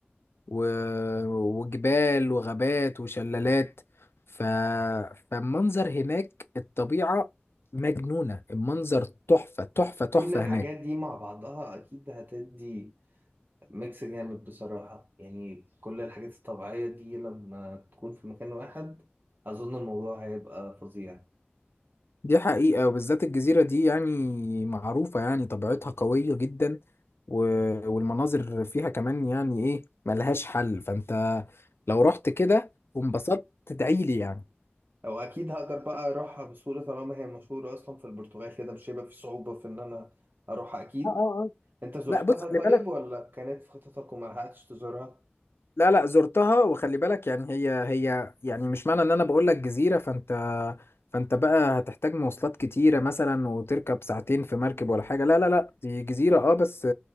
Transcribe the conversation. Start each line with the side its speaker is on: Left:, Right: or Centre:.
Left: و- وجبال وغابات وشلالات ف... فالمنظر هناك الطبيعة مجنونة المنظر تحفة تحفة تحفة
Right: كل الحاجات
Left: هناك
Right: دي مع بعضها اكيد هتدي ميكس جامد بصراحة يعني كل الحاجات الطبيعية دي لما تكون في مكان واحد أظن الموضوع هيبقى فظيع
Left: دي حقيقة وبالذات الجزيرة دي يعني معروفة يعني طبيعتها قوية جدا و... والمناظر فيها كمان يعني ايه ملهاش حل فانت لو رحت كده وانبسطت تدعيلي يعني
Right: أو أكيد هقدر بقى أروحها بسهولة طالما هي مشهورة أصلا في البرتغال كده مش هيبقى في صعوبة في إن أنا أروحها أكيد
Left: اه اه اه
Right: أنت زرتها
Left: لا بص خلي
Right: طيب
Left: بالك
Right: ولا كانت في خططك وما لحقتش تزورها؟
Left: لا لا زرتها وخلي بالك يعني هي هي يعني مش معنى ان انا بقول لك جزيرة فانت فانت بقى هتحتاج مواصلات كتيرة مثلا وتركب ساعتين في مركب ولا حاجة لا لا لا دي جزيرة اه بس